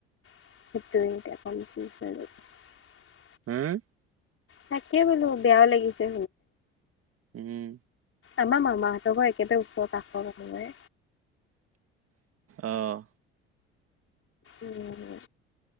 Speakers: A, on the left; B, on the right.
A: সেটো আ
B: হম
A: তাকে বোলো বেয়াও লাগিছে।
B: উম।
A: আমাৰ মামাহঁত ঘৰ একেবাৰে ওচৰ কাষৰ নহে
B: আহ
A: উম